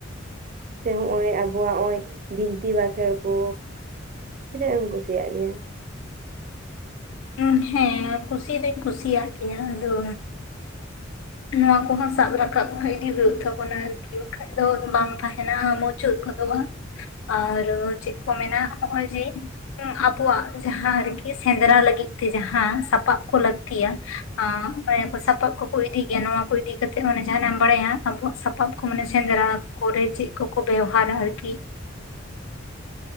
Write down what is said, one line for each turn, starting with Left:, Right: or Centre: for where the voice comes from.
Right: ᱥᱮ ᱦᱚᱸᱜ-ᱚᱭ ᱟᱵᱚᱣᱟᱜ ᱦᱚᱸᱜ-ᱚᱭ ᱵᱤᱱᱛᱤ ᱵᱟᱸᱠᱷᱮᱬ ᱠᱚ ᱛᱤᱱᱟᱹᱜ ᱮᱢ ᱠᱩᱥᱤᱭᱟᱜ ᱜᱮᱭᱟ
Left: ᱦᱮᱸ ᱦᱮᱸ ᱠᱩᱥᱤ ᱫᱩᱧ ᱠᱩᱥᱤᱭᱟᱜ ᱜᱮᱭᱟ ᱟᱫᱚ ᱱᱚᱣᱟ ᱠᱚᱦᱚᱸ ᱥᱟᱵ ᱨᱟᱠᱟᱵ ᱤᱫᱤ ᱦᱩᱭᱩᱜ ᱛᱟᱵᱚᱱᱟ ᱟᱨᱠᱤ ᱵᱟᱠᱷᱟᱡ ᱫᱚ ᱵᱟᱝ ᱛᱟᱦᱮᱱᱟ ᱩᱱᱟᱹᱜ ᱢᱚᱸᱡᱽ ᱢᱩᱪᱟᱹᱫ ᱜᱚᱫᱚᱜᱼᱟ ᱟᱨ ᱪᱮᱫ ᱠᱚ ᱢᱮᱱᱟ ᱦᱚᱸᱜᱼᱚᱭ ᱡᱮ ᱟᱵᱚᱣᱟᱜ ᱡᱟᱦᱟᱸ ᱟᱨᱠᱤ ᱥᱮᱸᱫᱽᱨᱟ ᱞᱟᱹᱜᱤᱫ ᱛᱮ ᱡᱟᱸᱦᱟ ᱥᱟᱯᱟᱯ ᱠᱚ ᱞᱟᱹᱠᱛᱤᱭᱟ ᱟᱨ ᱢᱟᱭᱟᱢ ᱠᱚ ᱥᱟᱯᱟᱵ ᱠᱚᱠᱚ ᱤᱫᱤ ᱡᱮ ᱱᱚᱣᱟ ᱠᱚ ᱤᱫᱤ ᱠᱟᱛᱮᱫ ᱢᱟᱱᱮ ᱡᱟᱦᱟᱸᱟᱱᱟᱜ ᱮᱢ ᱵᱟᱲᱟᱭᱟ ᱟᱵᱚᱣᱟᱜ ᱥᱟᱯᱟᱵ ᱠᱚ ᱢᱟᱱᱮ ᱥᱮᱸᱫᱽᱨᱟ ᱠᱚᱨᱮ ᱪᱮᱫ ᱠᱚᱠᱚ ᱵᱮᱣᱦᱟᱨᱟ ᱟᱨᱠᱤ